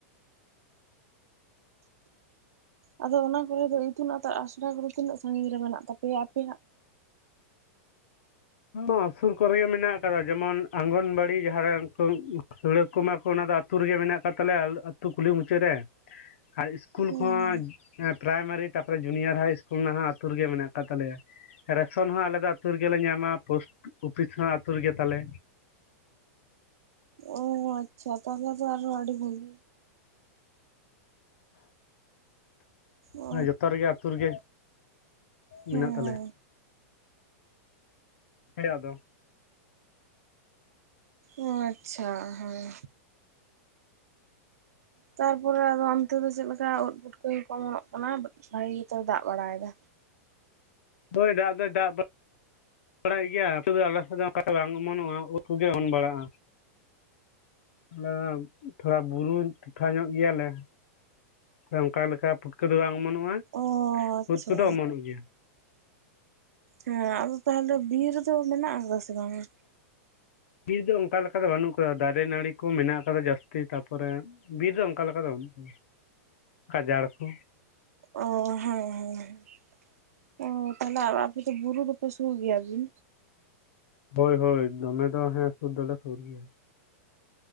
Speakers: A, on the right (about 80°); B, on the left (about 60°).
A: ᱟᱫᱚ ᱚᱱᱟ ᱠᱚᱨᱮ ᱫᱚ ᱤᱛᱩᱱ ᱟᱛᱟ ᱟᱥᱲᱟ ᱠᱚᱫᱚ ᱛᱤᱱᱟᱹᱜ ᱥᱟᱺᱜᱤᱧ ᱨᱮ ᱢᱮᱱᱟᱜ ᱛᱟᱯᱮᱭᱟ ᱟᱯᱮᱭᱟᱜ?
B: ᱚᱸ ᱥᱩᱨ ᱠᱚᱨᱮ ᱜᱮ ᱢᱮᱱᱟᱜ ᱟᱠᱟᱫᱟ ᱡᱮᱢᱚᱱ ᱚᱝᱜᱚᱱ ᱵᱟᱲᱤ ᱟᱹᱰᱤ ᱡᱟᱦᱟᱸ ᱨᱮᱱ ᱥᱩᱲᱟᱹ ᱠᱚᱢᱟ ᱠᱚ, ᱚᱱᱟ ᱫᱚ ᱟᱹᱛᱩ ᱨᱮᱜᱮ ᱢᱮᱱᱟᱜ ᱠᱟᱫ ᱛᱟᱞᱮᱭᱟ ᱟᱹᱛᱩ ᱠᱩᱞᱦᱤ ᱢᱩᱪᱟᱹᱫ ᱨᱮ ᱟᱨ ᱤᱥᱠᱩᱞ
A: ᱦᱩᱸ
B: ᱠᱚᱦᱚᱸ
A: ᱦᱩᱸ
B: ᱯᱨᱟᱭᱢᱟᱨᱤ ᱛᱟᱨᱯᱚᱨᱮ ᱡᱩᱱᱤᱭᱟᱨ ᱦᱟᱭ ᱤᱥᱠᱩᱞ ᱨᱮᱱᱟᱜ ᱟᱹᱛᱩ ᱨᱮᱜᱮ ᱢᱮᱱᱟᱜ ᱟᱠᱟᱫ ᱛᱟᱞᱮᱭᱟ᱾ ᱨᱮᱥᱚᱱ ᱦᱚᱸ ᱟᱞᱮ ᱫᱚ ᱟᱹᱛᱩ ᱨᱮᱜᱮᱞᱮ ᱧᱟᱢᱟ᱾ ᱯᱳᱥᱴ ᱚᱯᱷᱤᱥ ᱦᱚᱸ ᱟᱹᱛᱩ ᱨᱮᱜᱮ ᱛᱟᱞᱮ
A: ᱚ ᱟᱪᱪᱷᱟ ᱛᱟᱦᱚᱞᱮ ᱫᱚ ᱟᱨᱦᱚ ᱟᱹᱰᱤ ᱵᱷᱟᱹᱜᱤ ᱚ
B: ᱡᱚᱛᱚ ᱡᱚᱛᱚ ᱨᱮᱜᱮ ᱟᱹᱛᱩ ᱨᱮᱜᱮ
A: ᱦᱮᱸ
B: ᱢᱮᱱᱟᱜ ᱛᱟᱞᱮᱭᱟ᱾
A: ᱦᱮᱸ
B: ᱦᱮᱸ ᱟᱫᱚ
A: ᱚᱸ ᱟᱪᱪᱷᱟ ᱦᱮᱸ ᱛᱟᱨᱯᱚᱨᱮ ᱚᱱᱛᱮ ᱫᱚ ᱪᱮᱫ ᱞᱮᱠᱟ ᱩᱫ ᱯᱩᱴᱠᱟᱹ ᱠᱚ ᱚᱢᱚᱱᱚᱜ ᱠᱟᱱᱟ? ᱵᱷᱟᱹᱜᱤ ᱜᱮᱛᱚ ᱫᱟᱜ ᱵᱟᱲᱟᱭ ᱮᱫᱟ?
B: ᱦᱳᱭ ᱫᱟᱜ ᱫᱚ ᱫᱟᱜ ᱵᱟᱲᱟᱜ ᱜᱮᱭᱟ ᱟᱞᱮ ᱫᱚ ᱟᱞᱟᱥ ᱵᱟᱝ ᱚᱢᱚᱱᱚᱜᱼᱟ, ᱩᱫ ᱠᱚᱜᱮ ᱚᱱ ᱵᱟᱲᱟᱜᱼᱟ᱾ ᱟᱞᱮ ᱛᱷᱚᱲᱟ ᱵᱩᱨᱩ ᱴᱚᱴᱷᱟ ᱧᱚᱜ ᱜᱮᱭᱟ ᱞᱮ᱾ ᱚᱱᱠᱟ ᱞᱮᱠᱟ ᱯᱩᱴᱠᱟᱹ ᱫᱚ ᱵᱟᱝ ᱚᱢᱚᱱᱚᱜᱼᱟ,
A: ᱚ ᱟᱪᱪᱷᱟ
B: ᱩᱫ ᱠᱚᱫᱚ ᱚᱢᱚᱱᱚᱜ ᱜᱮᱭᱟ᱾
A: ᱦᱮᱸ ᱟᱫᱚ ᱛᱟᱦᱚᱞᱮ ᱵᱤᱨ ᱫᱚ ᱢᱮᱱᱟᱜ ᱟᱠᱟᱫᱟ ᱥᱮ ᱵᱟᱝᱼᱟ?
B: ᱵᱤᱨ ᱫᱚ ᱚᱱᱠᱟ ᱞᱮᱠᱟ ᱫᱚ ᱵᱟᱹᱱᱩᱜ ᱟᱠᱟᱫᱟ, ᱫᱟᱨᱮ ᱱᱟᱹᱲᱤ ᱠᱚ ᱢᱮᱱᱟᱜ ᱟᱠᱟᱫᱟ ᱡᱟᱹᱥᱛᱤ ᱛᱟᱨᱯᱚᱨᱮ ᱵᱤᱨ ᱫᱚ ᱚᱱᱠᱟ ᱞᱮᱠᱟ ᱫᱚ ᱵᱟᱹᱱᱩᱜᱼᱟ ᱜᱟᱡᱟᱲ ᱠᱚ
A: ᱚᱻ ᱦᱮᱸ ᱦᱮᱸ᱾ ᱚ ᱛᱟᱦᱚᱞᱮ ᱟᱯᱮ ᱫᱚ ᱵᱩᱨᱩ ᱫᱚᱯᱮ ᱥᱩᱨ ᱜᱮᱭᱟᱵᱤᱱ?
B: ᱦᱳᱭ ᱦᱳᱭ ᱫᱚᱢᱮ ᱫᱚ ᱦᱮᱸ ᱥᱩᱨ ᱫᱚᱞᱮ ᱥᱩᱨ ᱜᱮᱭᱟ᱾